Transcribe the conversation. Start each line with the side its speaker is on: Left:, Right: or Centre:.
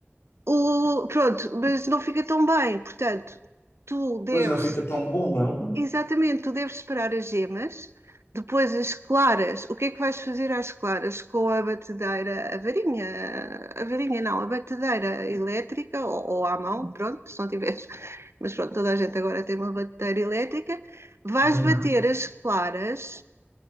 Right: o, pronto, mas não fica tão bem. Portanto, tu deves
Left: Pois não fica tão bom, não? <laughs>
Right: Exatamente, tu deves esperar as gemas, depois as claras. O que é que vais fazer às claras? Com a batedeira, a varinha, a varinha não, a batedeira elétrica ou, ou à mão, pronto, se não tiveres, mas pronto, toda a gente agora tem uma batedeira elétrica. Vais
Left: Uhum.
Right: bater as claras,